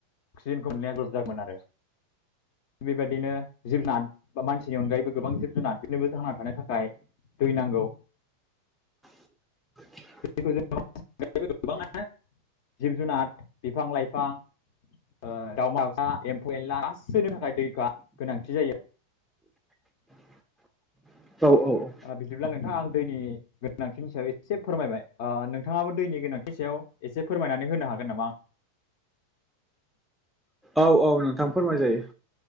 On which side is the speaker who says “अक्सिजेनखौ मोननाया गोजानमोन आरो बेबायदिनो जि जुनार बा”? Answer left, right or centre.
Left